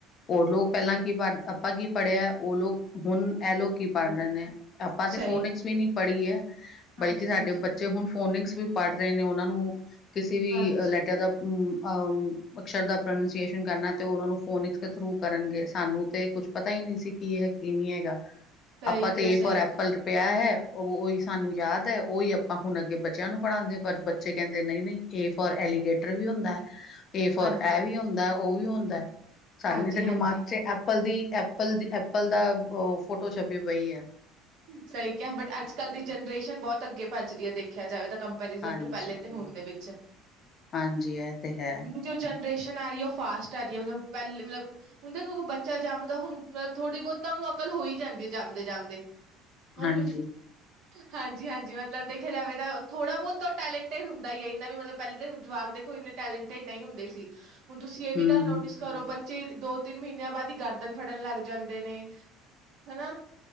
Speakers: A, on the left; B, on the right.
A: ਹੋਰ ਲੋਕ ਪਹਿਲਾਂ ਕੀ ਪੜ੍ਹਿਆ ਆਪਾਂ ਕੀ ਪੜ੍ਹਿਆ ਉਹ ਲੋਕ ਹੁਣ ਐਲੋਕ ਕੀ
B: ਹੈ
A: ਪੜ੍ਹ ਰਹੇ ਨੇ ਆਪਾਂ
B: ਸਹੀ
A: ਤੇ ਫੋਨਿਕਸ ਵੀ ਨੀ ਪੜ੍ਹੀ ਹੈ।
B: ਹਾਂਜੀ,
A: ਬਲਕਿ ਸਾਡੇ
B: ਹਾਂਜੀ,
A: ਬੱਚੇ ਹੁਣ ਫੋਨਿਕਸ ਵੀ ਪੜ੍ਹ ਰਹੇ ਨੇ ਉਹਨਾਂ ਨੂੰ ਕਿਸੇ ਵੀ
B: ਹਾਂਜੀ
A: ਲੈਟਰ ਦਾ। ਹਮ ਅਕਸ਼ਰ ਦਾ ਪ੍ਰੋਨਾਸੀਏਸ਼ਨ ਕਰਨਾ ਤੇ ਉਹ ਉਹ ਨੂੰ ਫੋਨਿਕਸ ਦੇ ਥਰੂ ਕਰਨਗੇ। ਸਾਨੂੰ ਤੇ ਕੁੱਛ ਪਤਾ ਹੀ ਨਹੀਂ ਸੀ ਕੀ ਹੈ ਕੀ ਨਹੀਂ ਹੈਗਾ
B: ਸਹੀ
A: ਆਪਾਂ
B: ਕਿਹਾ,
A: ਤੇ
B: ਸਹੀ
A: ਏ ਫੋਰ ਐਪਲ। ਪਿਆ ਹੈ ਉਹ ਉਹੀ ਸਾਨੂੰ ਯਾਦ ਹੈ ਉਹੀ ਆਪਾਂ ਹੁਣ ਅੱਗੇ ਬੱਚਿਆਂ ਨੂੰ ਪੜ੍ਹਾਉਂਦੇ ਪਰ। ਕਹਿੰਦੇ
B: ਕਿਹਾ।
A: ਨਹੀਂ ਨਹੀਂ ਏ ਫਰ ਐਲੀਗੇਟਰ ਵੀ ਹੁੰਦਾ ਹੈ ਏ ਫਰ
B: ਹਾਂਜੀ,
A: ਇਹ ਵੀ ਹੁੰਦਾ। ਉਹ ਵੀ ਹੁੰਦਾ ਹੈ ਸਾਨੂੰ
B: ਹਾਂਜੀ,
A: ਤੇ ਦਿਮਾਗ
B: ਹਾਂਜੀ
A: ਤੇ ਐਪਲ ਦੀ ਐਪਲ ਦੀ ਐਪਲ ਦਾ ਉਹ ਫੋਟੋ ਛਪੀ ਪਈ ਹੈ।
B: ਸਹੀ ਕਿਹਾ ਬਟ ਅੱਜ ਕੱਲ ਦੀ ਜਨਰੇਸ਼ਨ ਬਹੁਤ ਅੱਗੇ ਭੱਜ ਰਹੀ ਹੈ ਦੇਖਿਆ ਜਾਵੇ ਤਾਂ ਕੰ <inaudible> ਕੋਮਪੈਰੀਜਨ
A: ਹਾਂਜੀ
B: ਪਹਿਲ਼ੇ ਤੇ ਹੋਣੇ ਦੇ ਵਿੱਚ।
A: ਹਾਂਜੀ ਇਹ ਤੇ ਹੈ
B: ਜੋ ਜਨਰੇਸ਼ਨ ਆ ਰਹੀ ਹੈ ਉਹ ਫਾਸ਼ਟ ਆ ਰਹੀ ਹੈ ਮਤਲਬ ਪਹਿਲੇ ਮਤਲਬ। ਹੁੰਣ ਦੇਖੋ ਕੋਈ ਬੱਚਾ ਜੰਮਦਾ ਹੁਣ ਥੋੜ੍ਹੀ ਬਹੁਤਾ ਉਹਨੂੰ ਅਕਲ ਹੋ ਹੀ ਜਾਂਦੀ ਹੈ ਜਮਦੇ ਜਾਮਦੇ। <unintelligible> ਹੁਣ।
A: ਹਾਂਜੀ,
B: ਹਾਂਜੀ ਹਾਂਜੀ ਮਤਲਬ ਦੇਖਿਆ ਜਾਵੇ ਤਾਂ ਥੋੜ੍ਹਾ ਬਹੁਤ ਤਾਂ ਟੈਲੈਂਟਿਡ ਹੁੰਦਾ ਹੀ ਹੈ ਇੰਨਾ ਵੀ ਮਤਲਬ ਪਹਿਲੇਾਂ ਦੇ ਜਵਾਕ ਦੇਖੋ ਇੰਨੇ ਟੈਲੈਂਟ ਨਹੀਂ ਹੁੰਦੇ ਸੀ ਹੁਣ ਤੁਸੀਂ ਇਹ ਵੀ
A: ਹੂੰ,
B: ਗੱਲ ਨੋਟਿਸ ਘਰੋ ਬੱਚੇ ਦੋ ਤਿੰਨ ਮਹੀਨਿਆਂ ਬਾਅਦ ਹੀ ਗਰਦਨ ਫੜਨ ਲੱਗ ਜਾਂਦੇ ਨੇ ਹਨਾ।